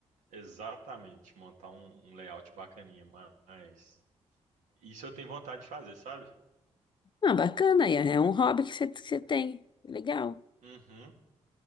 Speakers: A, on the right; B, on the left.
A: exatamente. Montar um, um layout bacaninha, mas. Isso eu tenho vontade de fazer, sabe?
B: Ah, bacana, é é um hobby que você, que você tem. Legal.
A: Uhum.